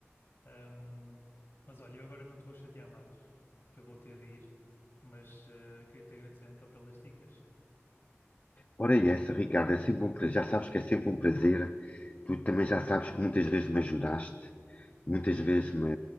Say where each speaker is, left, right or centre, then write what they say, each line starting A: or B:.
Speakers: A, on the left (about 60°); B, on the left (about 35°).
A: Ahm, mas olha, eu agora não te vou chatear mais, que eu vou ter de ir, mas eh, queria-te agradecer então pelas dicas.
B: Ora, é essa, Ricardo, é sempre um prazer. Já sabes que é sempre um prazer. Tu também já sabes que muitas vezes me ajudaste. Muitas vezes me,